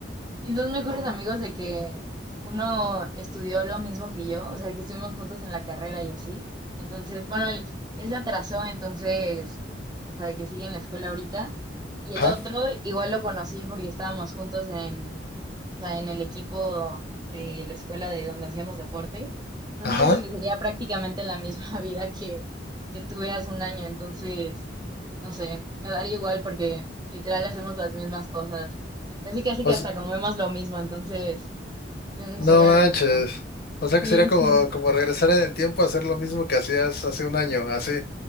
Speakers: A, on the right; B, on the left.
A: Mis dos mejores amigos de que uno estudió lo mismo que yo, o sea, que estuvimos juntos en la carrera y así. Entonces, bueno, él, él se atrasó, entonces, o sea, de que sigue en la escuela ahorita. Y el
B: Ajá,
A: otro, igual lo conocí porque estábamos juntos en, o sea, en el equipo de la escuela de donde hacíamos deporte. Entonces
B: ajá.
A: siento que sería prácticamente la misma <laughs> vida que, que tuve hace un año. Entonces, no sé, me daría igual porque literal hacemos las mismas cosas. Casi, casi
B: O
A: que
B: s-
A: hasta comemos lo mismo, entonces mm,
B: no
A: sería
B: manches.
A: lo mismo.
B: O sea
A: Sí,
B: que sería como,
A: <laughs>
B: como regresar en el tiempo a hacer lo mismo que hacías hace un año, así.